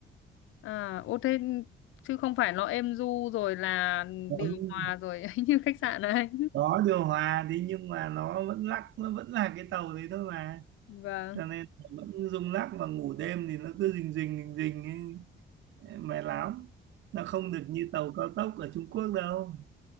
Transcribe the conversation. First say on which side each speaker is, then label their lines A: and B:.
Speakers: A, on the left; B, on the right.
A: à ô thế chứ không phải nó êm du rồi là
B: Ừ,
A: điều hòa rồi <laughs> như khách sạn này
B: có điều hòa thế nhưng mà nó vẫn lắc nó vẫn là cái tàu đấy thôi mà
A: vâng
B: cho nên là vẫn rung lắc mà ngủ đêm thì nó cứ rình rình rình rình ấy, mệt lắm nó không được như tàu cao tốc ở Trung Quốc đâu